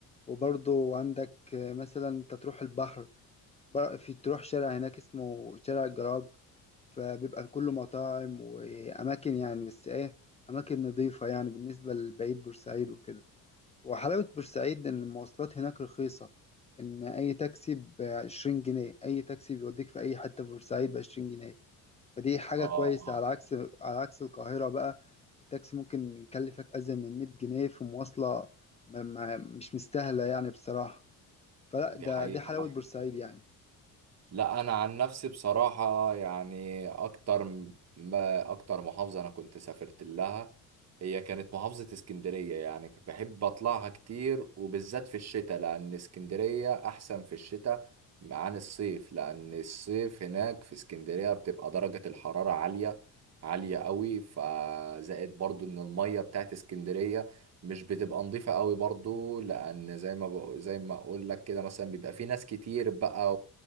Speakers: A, on the left; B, on the right.
A: وبرضو عندك آه، مثلا انت تروح البحر بر- في تروح شارع هناك اسمه شارع الجراج فبيبقى كله مطاعم واماكن يعني بس ايه اماكن نظيفة يعني بالنسبة لبعيد بورسعيد وكده وحلاوة بورسعيد إن المواصلات هناك رخيصة إن أي تاكسي بعشرين جنيه أي تاكسي بيوديك في أي حتة في بورسعيد بعشرين جنيه فدي حاجة
B: اه
A: كويسة
B: آه.
A: على عكس على عكس القاهرة بقى التاكسي ممكن يكلفك أزيد من مية جنيه في مواصلة ما ما مش مستاهلة يعني بصراحة فلا
B: دي
A: ده
B: حقيقة
A: دي حلاوة
B: حصل
A: بورسعيد يعني
B: لا انا عن نفسي بصراحة يعني اكتر ما اكتر محافظة انا كنت سافرت لها هي كانت محافظة اسكندرية يعني كنت بحب اطلعها كتير وبالذات في الشتاء لان اسكندرية احسن في الشتاء عن الصيف لان الصيف هناك في اسكندرية بتبقى درجة الحرارة عالية عالية قوي فزائد برضو ان المية بتاعت اسكندرية مش بتبقى نظيفة قوي برضو لأن زي ما بق... زي ما أقول لك كده مثلا بيبقى في ناس كتير بقى